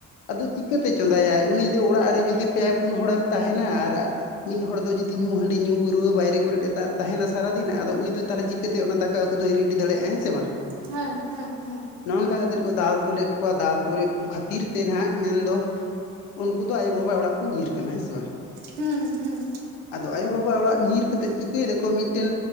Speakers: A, on the left; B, on the right.
A: ᱟᱫᱚ ᱪᱤᱠᱟᱹᱛᱮ ᱪᱚᱸᱫᱟᱭᱟᱭ ᱩᱱᱤ ᱚᱲᱟᱜ ᱨᱮ ᱡᱚᱫᱤ ᱯᱮ ᱯᱩᱱ ᱦᱚᱲᱮᱢ ᱛᱟᱦᱮᱱᱟ ᱟᱨ ᱢᱤᱫ ᱦᱚᱲ ᱫᱚ ᱡᱚᱫᱤ ᱧᱩ ᱦᱟᱺᱰᱤ, ᱧᱩ ᱯᱟᱹᱣᱟᱹ ᱵᱟᱦᱨᱮ ᱠᱚᱨᱮ ᱴᱮᱛᱟᱛ ᱛᱟᱦᱮᱸᱱᱟ ᱥᱟᱨᱟᱫᱤᱱ ᱟᱫᱚ ᱩᱱᱤ ᱫᱚ ᱛᱟᱦᱚᱞᱮ ᱪᱤᱠᱟᱹᱛᱮ ᱚᱱᱟ ᱫᱟᱠᱟ ᱠᱟ ᱩᱛᱩ ᱫᱚ ᱨᱮᱰᱤ ᱫᱟᱲᱮᱭᱟᱜᱼᱟ ᱦᱮᱸ ᱥᱮ ᱵᱟᱝ᱾
B: ᱦᱩᱸ ᱦᱩᱸ ᱦᱩᱸ
A: ᱱᱚᱜᱼ ᱱᱚᱝᱠᱟ ᱠᱟᱛᱮᱨ ᱠᱚ ᱫᱟᱞ ᱛᱚᱞᱮᱫ ᱠᱚᱣᱟ ᱫᱟᱞ ᱛᱚᱞᱮᱫ ᱠᱚ ᱠᱷᱟᱹᱛᱤᱨ ᱛᱮ ᱦᱟᱜ ᱢᱮᱱ ᱫᱚ ᱩᱱᱠᱩ ᱫᱚ ᱟᱭᱳ ᱵᱟᱵᱟ ᱚᱲᱟᱜ ᱠᱚ ᱧᱤᱨ ᱠᱟᱱᱟ ᱦᱮᱸ ᱥᱮ ᱵᱟᱝ᱾
B: ᱦᱩᱸ ᱦᱩᱸ
A: ᱟᱫᱚ ᱟᱭᱳ ᱵᱟᱵᱟ ᱚᱲᱟᱜ ᱧᱤᱨ ᱠᱟᱛᱮᱫ ᱪᱤᱠᱟᱹᱭ ᱫᱟᱠᱚ ᱢᱤᱫᱴᱮᱱ